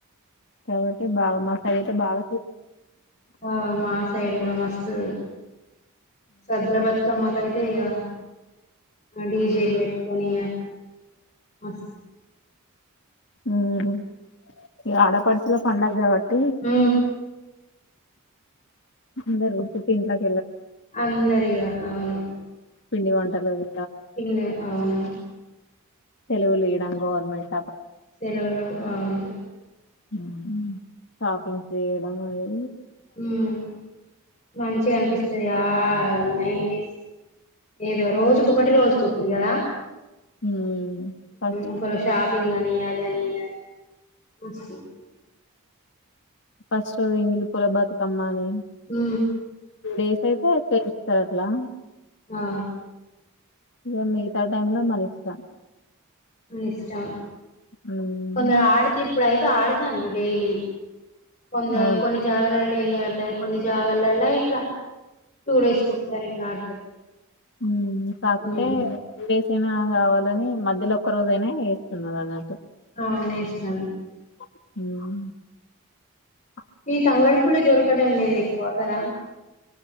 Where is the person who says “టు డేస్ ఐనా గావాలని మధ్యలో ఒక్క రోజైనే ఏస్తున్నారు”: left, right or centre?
Left